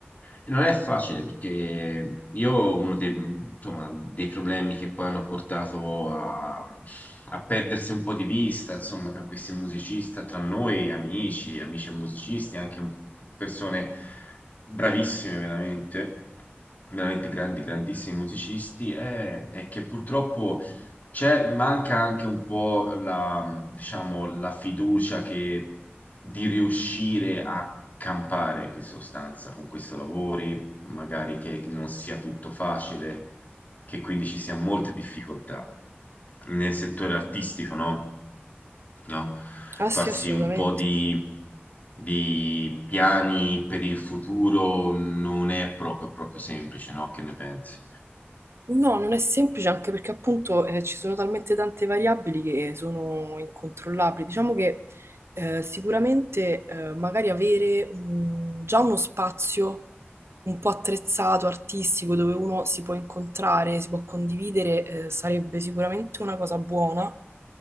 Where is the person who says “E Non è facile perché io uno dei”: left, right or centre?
Left